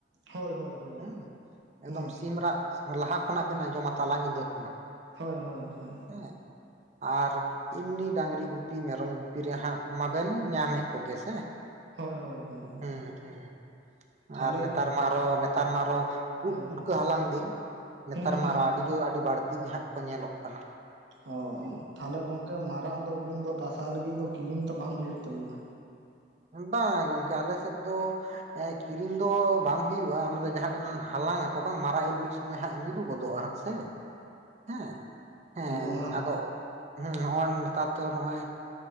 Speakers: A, on the right; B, on the right.
A: ᱦᱳᱭ ᱦᱳᱭ ᱦᱳᱭ
B: ᱦᱩᱸᱻ
A: ᱦᱳᱭ
B: ᱮᱠᱫᱚᱢ
A: ᱦᱩᱸ
B: ᱥᱤᱢ ᱨᱟᱜ ᱞᱟᱦᱟ ᱠᱷᱚᱱᱟᱜ ᱵᱮᱱ ᱟᱸᱡᱚᱢᱟ ᱛᱟᱞᱟ ᱧᱤᱫᱟᱹ ᱠᱷᱚᱱᱟᱜ
A: ᱦᱳᱭ ᱦᱳᱭ ᱦᱳᱭ
B: ᱦᱮᱸᱻ ᱟᱨ ᱮᱢᱱᱤ ᱰᱟᱝᱨᱤ ᱜᱩᱯᱤ ᱢᱮᱨᱚᱢ ᱜᱩᱯᱤ ᱨᱮ ᱦᱟᱸᱜ ᱢᱟᱵᱮᱱ ᱧᱟᱢᱮᱫ ᱠᱚᱜᱮ ᱥᱮ
A: ᱦᱳᱭ ᱦᱳᱭ ᱦᱳᱭ
B: ᱦᱮᱸ ᱦᱩᱸ ᱦᱩᱸ
A: ᱛᱟᱦᱚᱞᱮ
B: ᱟᱨ ᱱᱮᱛᱟᱨ
A: ᱦᱳᱭ
B: ᱱᱮᱛᱟᱨ ᱢᱟ ᱟᱨᱚ ᱱᱮᱛᱟᱨ ᱢᱟ ᱟᱨᱚ
A: ᱦᱳᱭ
B: ᱩᱫ ᱯᱩᱴᱠᱟᱹ ᱦᱟᱞᱟᱝ ᱫᱤᱱ ᱱᱮᱛᱟᱨ
A: ᱦᱩᱸ
B: ᱢᱟ
A: ᱦᱩᱸ
B: ᱟᱨᱚ ᱟᱹᱰᱤ ᱡᱳᱨ ᱟᱹᱰᱤ ᱵᱟᱹᱲᱛᱤ ᱜᱮ ᱦᱟᱸᱜ ᱠᱚ ᱧᱮᱞᱚᱜ ᱠᱟᱱᱟ᱾
A: ᱦᱚ
B: ᱦᱩᱸ
A: ᱛᱟᱦᱚᱞᱮ ᱜᱚᱝᱠᱮ ᱢᱟᱨᱟᱜ ᱫᱚ ᱟᱵᱤᱱ ᱫᱚ ᱫᱟᱸᱥᱟᱭ ᱞᱟᱹᱜᱤᱫ ᱫᱚ ᱠᱤᱨᱤᱧ ᱛᱚ ᱵᱟᱝ ᱦᱩᱭᱩᱜ ᱛᱟᱵᱤᱱᱟ᱾
B: ᱵᱟᱝ ᱜᱚᱝᱠᱮ ᱟᱞᱮ ᱥᱮᱫ ᱫᱚ ᱠᱤᱨᱤᱧ ᱫᱚ ᱵᱟᱝ ᱦᱩᱭᱩᱜᱼᱟ ᱚᱱᱟ ᱫᱚ ᱡᱟᱦᱟᱸ ᱴᱷᱮᱱ ᱦᱟᱞᱟᱝ ᱟᱠᱚ ᱵᱟᱝ ᱢᱟᱨᱟᱜ ᱤᱞ ᱢᱤᱫ ᱥᱚᱢᱚᱭ ᱦᱟᱸᱜ ᱧᱩᱨᱩᱜ ᱜᱚᱫᱚᱜᱼᱟ ᱥᱮ ᱦᱮᱸ ᱦᱮᱸ
A: ᱟᱹᱞᱤᱧ ᱚᱱᱟ
B: ᱟᱫᱚ ᱦᱮᱸ ᱱᱚᱜᱼᱚᱭ ᱱᱮᱛᱟᱨ ᱫᱚ ᱱᱚᱜᱼᱚᱭ